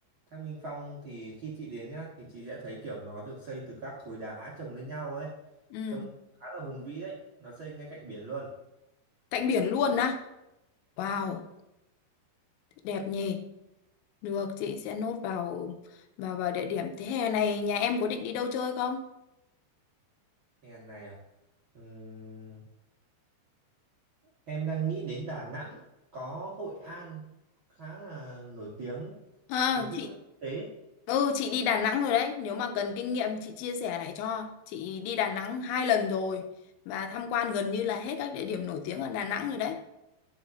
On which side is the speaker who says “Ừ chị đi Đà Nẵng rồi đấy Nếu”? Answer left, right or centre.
Left